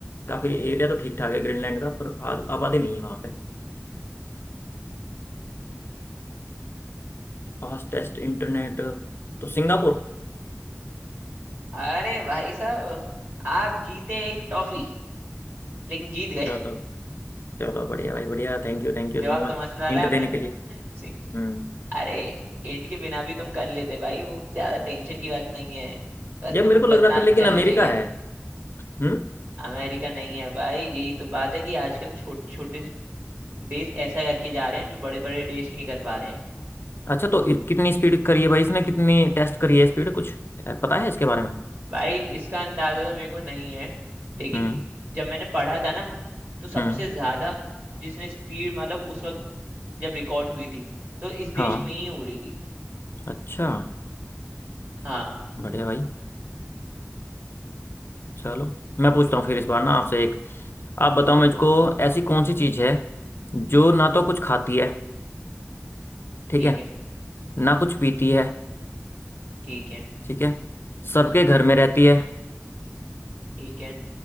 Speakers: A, on the left; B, on the right.
A: काफ़ी एरिया तो ठीक ठाक है ग्रीनलैंड का पर आ- आबादी नहीं है वहाँ पे फास्टेस्ट इंटरनेट तो सिंगापुर
B: अरे भाई साहब आप जीते हैं एक टॉफी लेकिन जीत गए
A: चलो
B: <laughs>
A: चलो बढ़िया भाई बढ़िया Thank you thank you
B: जवाब
A: so much
B: तो मस्त डाला
A: hint
B: है आपने
A: देने के लिए
B: सिंह
A: हम्म
B: अरे एंड के बिना भी तुम कर लेते भाई वो ज्यादा टेंशन की बात नहीं है बस
A: यार
B: तुम्हें
A: मेरे को लग
B: बता
A: रहा था लेकिन
B: चलना
A: अमेरिका
B: चाहिए
A: है हम्म
B: अमेरिका नहीं है भाई यही तो बात है कि आजकल छोटे छोटे देश ऐसा करके जा रहे हैं जो बड़े बड़े देश नहीं कर पा रहे हैं
A: अच्छा तो इ- कितनी स्पीड करी है भाई इसने कितनी टेस्ट करी है स्पीड कुछ है, पता है इसके बारे में
B: भाई इसका अंदाजा तो मेरे को नहीं है लेकिन
A: हम्म
B: जब मैंने पढ़ा था ना तो सबसे
A: हम्म
B: ज्यादा जिसने स्पीड मतलब उस वक्त जब रिकॉर्ड हुई थी तो इस
A: हाँ
B: देश में ही हो रही थी
A: अच्छा
B: हाँ
A: बढ़िया भाई चलो मैं पूछता हूँ फिर इस बार ना आपसे एक आप
B: बिल्कुल
A: बताओ
B: बिल्कुल
A: मुझको ऐसी कौन सी चीज़ है जो ना तो कुछ खाती है ठीक
B: ठीक
A: है
B: है
A: ना कुछ पीती है
B: ठीक है
A: ठीक है सबके घर में रहती है
B: ठीक है